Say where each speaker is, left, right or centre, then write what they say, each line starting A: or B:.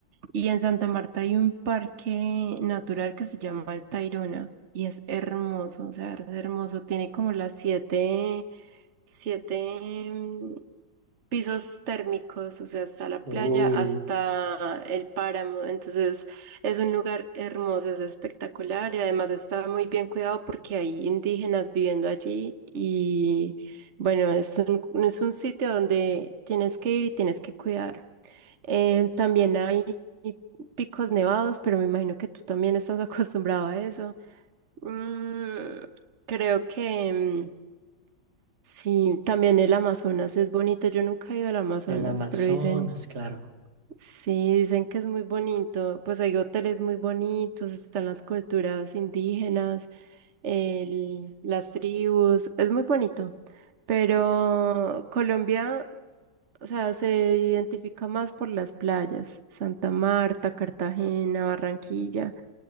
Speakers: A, on the right; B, on the right.
A: y en Santa Marta hay un parque natural que se llama El Tayrona y es hermoso, o sea, es hermoso. Tiene como las siete, siete mm, pisos térmicos, o sea, hasta la
B: Uy,
A: playa, hasta el páramo. Entonces es un lugar hermoso, es espectacular y además está muy bien cuidado porque hay indígenas viviendo allí y bueno, es un, es un sitio donde tienes que ir y tienes que cuidar. Eh, también hay picos nevados, pero me imagino que tú también estás <laughs> acostumbrado a eso. Mm, creo que mm, sí, también el Amazonas es bonito. Yo nunca he ido al Amazonas,
B: el Amazonas,
A: pero dicen,
B: claro,
A: sí, dicen que es muy bonito. Pues hay hoteles muy bonitos, están las culturas indígenas, el- las tribus, es muy bonito. Pero Colombia... O sea, se identifica más por las playas, Santa Marta, Cartagena, Barranquilla.